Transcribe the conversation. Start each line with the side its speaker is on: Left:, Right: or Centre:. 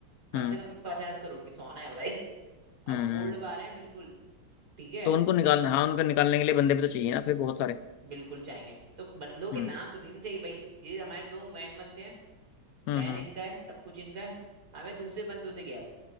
Right: कम
Left: हम्म
Right: से कम पचास करोड़ की सोना है भाई और
Left: हम्म हम्म।
Right: गोल्ड बार है बिल्कुल ठीक है
Left: तो उनको निकालना हाँ उनको निकालने के लिए बंदे भी तो चाहिए ना फिर बहुत सारे
Right: बिल्कुल चाहिए तो बंदों के
Left: हम्म
Right: नाम तो नहीं चाहिए भाई ये हमारे दो मैन बंदे हैं
Left: हम्म
Right: प्लान
Left: हम्म
Right: इनका है सब कुछ इनका है हमें दूसरे बंदों से गया है